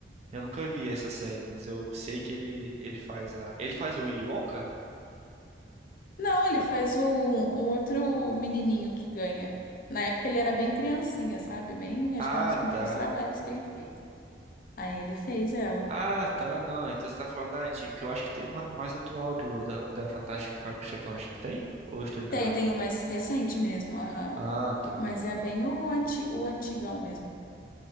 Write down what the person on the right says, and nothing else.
eu nunca vi essa série, mas eu sei que ele, ele faz lá. Ele faz o Willy Wonka?
Mano.
Ah,
tá.
Ah, tá, não. Então você tá falando da antiga, porque eu acho que tem uma mais atual do, da, da Fantástica Fábrica de Chocolate, não tem? Ou eu estou enganado?
Ah, tá.